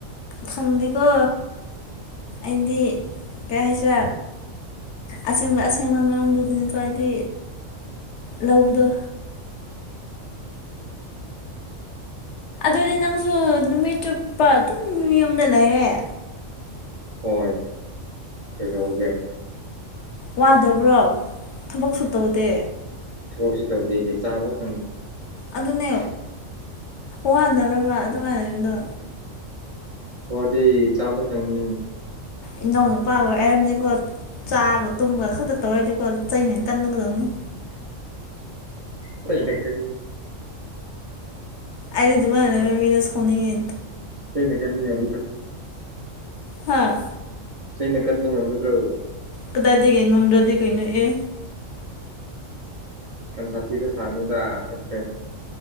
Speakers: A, on the left; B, on the right.
A: ꯈꯪꯗꯦꯀꯣ ꯑꯗꯤ ꯀꯩ ꯍꯥꯏꯁꯦ ꯑꯁꯦꯡꯕ ꯑꯁꯦꯡꯕ ꯉꯥꯝꯗꯨꯗꯅꯤꯀꯣ ꯍꯥꯏꯗꯤ ꯂꯗ ꯑꯗꯨꯗꯤ ꯅꯪꯁꯨ ꯅꯨꯃꯤꯠ ꯆꯨꯞꯄ ꯑꯗꯨꯝ ꯌ ꯌꯣꯗ ꯂꯩꯔꯦ
B: ꯍꯣꯏ ꯀꯩꯩꯅꯣꯒꯦ
A: ꯋꯥꯗꯕ꯭ꯔꯣ ꯊꯕꯛꯁꯨ ꯇꯧꯗꯦ
B: ꯀꯣꯛꯁꯤ ꯇꯧꯗꯦꯗꯤ ꯆꯥꯕꯥꯎ ꯇꯝꯅꯤ
A: ꯑꯗꯨꯅꯦ ꯋꯥꯗꯔꯕ ꯑꯗꯨꯃꯥꯏꯅꯕꯗꯣ
B: ꯍꯗꯤ ꯆꯥꯄꯇꯅꯤ
A: ꯏꯅꯥꯎꯅꯨꯄꯥꯕꯨ ꯍꯥꯏꯔꯝꯅꯤꯀꯣ ꯆꯥꯕ ꯇꯨꯝꯕ ꯈꯛꯇ ꯇꯧꯔꯗꯤꯀꯣ ꯆꯩꯅ ꯀꯟꯅꯒꯗꯕꯅꯤ
B: ꯆ ꯀ
A: ꯑꯗꯤ ꯑꯗꯨꯃ ꯍꯅ ꯃꯤꯔ ꯁꯣꯅꯤꯡꯉꯦ
B: ꯁꯤꯅ ꯀꯅꯤꯗ
A: ꯍꯥꯥ
B: ꯆꯩꯅ ꯀꯟꯗ ꯉ ꯃꯗ꯭ꯔꯣ
A: ꯀꯗꯥꯗꯤ ꯀꯩ ꯉ ꯃꯗꯔꯗꯤ ꯀꯩꯅꯣ ꯑꯦ
B: ꯌꯥꯝꯝ ꯁꯥꯇꯗ ꯁꯔꯅꯤꯗ ꯑ ꯐ꯭ꯔ